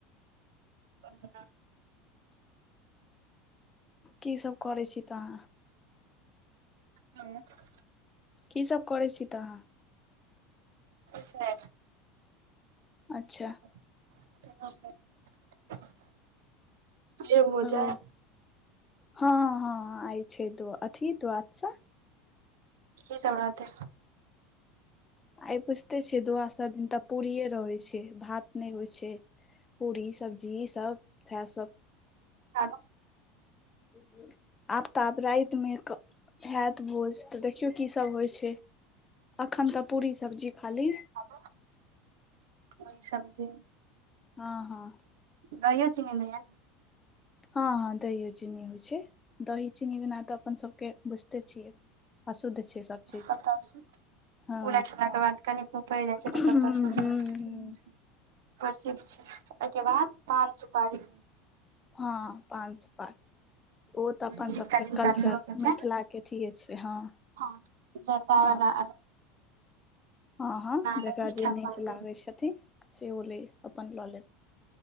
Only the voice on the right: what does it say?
<inaudible>
<inaudible>
हं।
<inaudible> एब हो जाय
की सब रहतै।
हेलो
हालो ओहि सब्जी।
दहियो चीनी नै ऐल।
पत्ता शु
पूरा खेलाक के बाद कनीकबो पइड़ जाइ छै
तऽ पत्ता शुद्ध
भऽ जाइ छै।
प्रसिद्ध छै अय के बाद पान-सुपारी।
जिनका
जिनका
लेबऽ के छै
हँ जर्दा
वला
अलग
मीठा
पान
देत